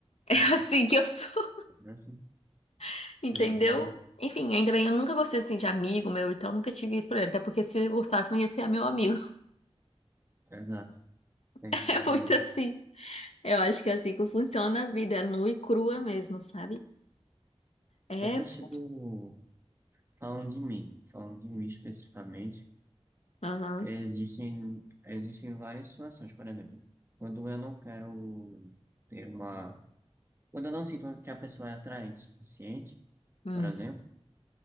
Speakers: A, on the left; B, on the right.
A: É
B: é,
A: assim que eu sou,
B: é assim.
A: <laughs> entendeu?
B: exatamente,
A: Enfim, ainda bem, eu nunca gostei assim de amigo meu, então nunca tive isso pra ele. Até porque se eu gostasse, não ia ser meu amigo.
B: exato, tem
A: <laughs>
B: isso
A: É
B: também.
A: muito assim. Eu acho que é assim que funciona a vida, é nua e crua mesmo, sabe? É.
B: Eu consigo,
A: f-
B: falando de mim, falando de mim especificamente,
A: Aham.
B: Existem, existem várias situações, por exemplo, quando eu não quero ter uma. Quando eu não sinto que a pessoa é atraente o suficiente,
A: Hum.
B: por exemplo,